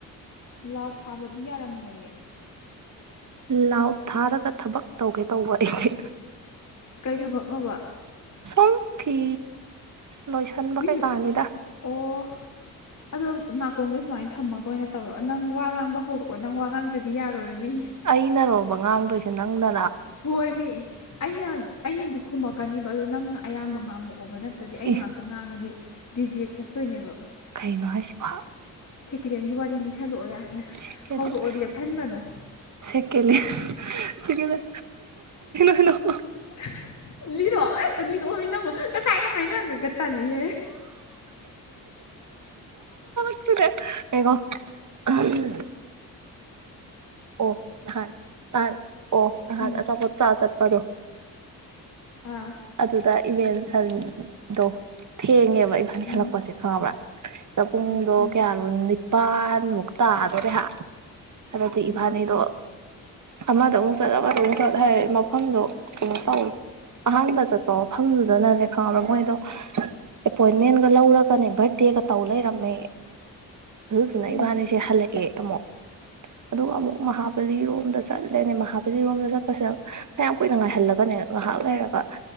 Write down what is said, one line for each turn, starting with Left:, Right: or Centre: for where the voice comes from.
Left: ꯂꯥꯎ ꯊꯥꯕꯗꯤ ꯌꯥꯔꯝꯃꯣꯏꯌꯦ
Right: ꯂꯥꯎꯗ ꯊꯥꯔꯒ ꯊꯕꯛ ꯇꯧꯒꯦ ꯇꯧꯕ ꯑꯩꯁꯦ
Left: ꯀꯩ ꯊꯕꯛꯅꯣꯕ
Right: ꯁꯨꯝ ꯐꯤ ꯂꯣꯏꯁꯟꯕ
Left: ꯃꯤꯅ
Right: ꯀꯩꯀꯥꯅꯤꯗ
Left: ꯑꯣ ꯑꯗꯣ ꯅꯥꯀꯣꯡꯗ ꯁꯨꯃꯥꯏꯅ ꯊꯝꯃꯒ ꯑꯣꯏꯅ ꯇꯧꯔꯣ ꯅꯪ ꯋꯥ ꯉꯥꯡꯕ ꯍꯧꯔꯛꯑꯣ ꯅꯪ ꯋꯥ ꯉꯥꯡꯗ꯭ꯔꯗꯤ ꯌꯥꯔꯣꯏ ꯃꯤ
Right: ꯑꯩꯅꯔꯣ ꯋꯥ ꯉꯥꯡꯗꯣꯏꯁꯦ ꯅꯪꯅ
Left: ꯍꯣꯏ ꯃꯤ ꯑꯩꯅ ꯑꯩꯅꯗꯤ ꯈꯨꯝꯃꯛꯀꯅꯤ ꯑꯗꯨ ꯅꯪꯅ ꯑꯌꯥꯝꯕ ꯉꯥꯡꯉꯛꯑꯣ ꯑꯣꯕ ꯅꯠꯇꯗꯤ ꯑꯩꯅ
Right: ꯏ
Left: ꯉꯥꯛꯇ ꯉꯥꯡꯉꯗꯤ ꯔꯤꯖꯦꯛ ꯆꯠꯇꯣꯏꯅꯦꯕ
Right: ꯀꯩꯅꯣ ꯍꯥꯏꯁꯤꯕꯣ
Left: ꯁꯦꯀꯦꯟ ꯍꯦꯟꯒꯤ ꯋꯥꯔꯤ ꯂꯤꯁꯜꯂꯛꯑꯣ ꯌꯥꯔꯦ
Right: ꯁꯦꯀꯦꯜꯍꯦꯟ
Left: ꯍꯧꯔꯛꯑꯣ ꯂꯦꯞꯍꯟꯒꯅꯣ
Right: ꯁꯦꯀꯦꯜ ꯁꯦꯀꯦꯜꯍꯦꯟ <unintelligible>
Left: <inaudible> ꯂꯤꯔꯛꯑꯣ ꯑꯩ ꯑꯝꯇ ꯂꯤꯔꯛꯑꯣꯃꯤ ꯅꯪꯕꯣ ꯉꯁꯥꯏꯅ ꯍꯥꯏꯅꯒ꯭ꯔꯒ ꯇꯜꯂꯤꯍꯦ
Right: ꯈꯪꯗꯦ ꯌꯦꯉꯣ ꯎꯝ ꯑꯣ ꯉꯥꯍꯟ ꯑꯣ ꯉꯍꯥꯟ
Left: ꯎꯝ
Right: ꯑꯆꯥꯄꯣꯠ ꯆꯥꯕ ꯆꯠꯄ ꯄꯗꯣ
Left: ꯑꯥ
Right: ꯑꯗꯨꯗ ꯏꯃꯦꯜ ꯁꯟ ꯗꯣ ꯊꯦꯡꯉꯦ ꯏꯕꯅꯤ
Left: ꯎꯝ
Right: ꯍꯜꯂꯛꯄꯁꯦ ꯈꯪꯉꯕ꯭ꯔ ꯄꯨꯡꯗꯣ
Left: ꯎꯝ ꯎꯝ
Right: ꯀꯌꯥꯅꯣ ꯅꯤꯞ ꯄꯥꯥꯟꯃꯨꯛ ꯇꯗꯧꯔꯦ ꯍꯥ ꯍꯥꯏꯕꯗꯤ
Left: ꯎꯝ
Right: ꯏꯕꯥꯟꯅꯤꯗꯣ ꯑꯃꯗ ꯑꯃꯨꯛ ꯆꯠ ꯑꯃꯗ ꯑꯃꯨꯛ ꯆꯠ ꯍꯥꯏꯔꯦ ꯃꯐꯝꯗꯣ ꯀꯩꯅꯣꯇꯧ ꯑꯍꯥꯟꯕ ꯆꯠꯄ ꯃꯐꯝꯗꯨꯗꯅꯅꯦ ꯈꯪꯉꯕ꯭ꯔ ꯃꯣꯏꯗꯣ ꯑꯦꯄꯣꯏꯟꯃꯦꯟꯒ ꯂꯧꯔꯒꯅꯦ ꯕꯔꯗꯦꯒ ꯇꯧ ꯂꯩꯔꯝꯃꯦ ꯗꯨꯗꯨꯅ
Left: ꯎꯝ
Right: ꯏꯕꯟꯅꯤꯁꯦ ꯍꯜꯂꯛꯑꯦ ꯑꯃꯨꯛ ꯑꯗꯨꯒ ꯑꯃꯨꯛ ꯃꯍꯥꯕꯂꯤꯔꯣꯝꯗ ꯆꯠꯂꯦ ꯃꯍꯥꯕ꯭ꯂꯤꯔꯣꯝ ꯆꯠꯄꯁꯤꯅ ꯐꯅꯌꯥꯝ ꯀꯨꯏꯅ ꯉꯥꯏꯍꯜꯂ ꯒꯅꯦ ꯉꯥꯏꯍꯥꯛ ꯂꯩꯔꯒ